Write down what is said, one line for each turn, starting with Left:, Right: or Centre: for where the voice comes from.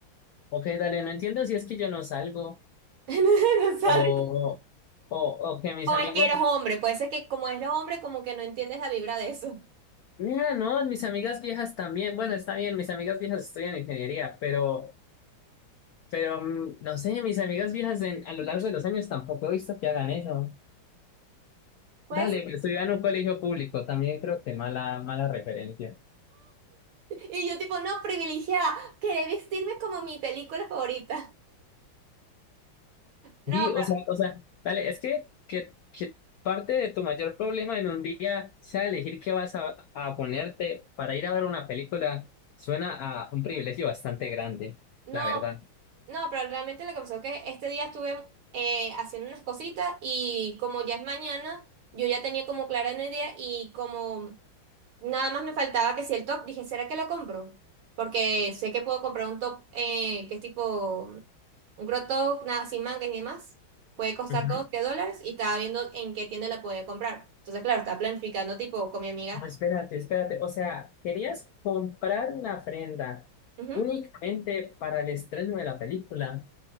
Left: Ok, dale, no entiendo si es que yo no salgo
Right: <laughs> No no, ¿Sabes?
Left: o, o, o que mis
Right: O
Left: amigos...
Right: es que eres hombre, puede ser que como eres hombre, como que no entiendes la vibra de eso.
Left: Mira, no, mis amigas viejas también. Bueno, está bien, mis amigas viejas estudian ingeniería, pero, pero mm, no sé, mis amigas viejas en- a lo largo de los años tampoco he visto que hagan eso.
Right: Puede
Left: Dale,
Right: ser.
Left: pero estudiaba en un colegio público, también creo que mala, mala referencia.
Right: Y yo tipo, no, privilegiada, querer vestirme como mi película favorita. No,
Left: Y,
Right: pero,
Left: o sea, o sea, dale, es que, que, que parte de tu mayor problema en un día sea elegir qué vas a, a ponerte para ir a ver una película, suena a un privilegio bastante grande,
Right: no,
Left: la verdad.
Right: no, pero realmente lo que pasó es que este día estuve eh, haciendo unas cositas y como ya es mañana, yo ya tenía como clara una idea y como nada más me faltaba que si el top, dije, ¿será que lo compro? Porque sé que puedo comprar un top eh, que es tipo un crop top, nada, sin mangas y demás. Puede costar
Left: Ujú.
Right: 12 dólares y estaba viendo en qué tienda la podía comprar. Entonces, claro, estaba planificando tipo con mi amiga.
Left: No, Espérate, espérate, o sea, querías comprar una prenda
Right: Ujú.
Left: únicamente para el estreno de la película.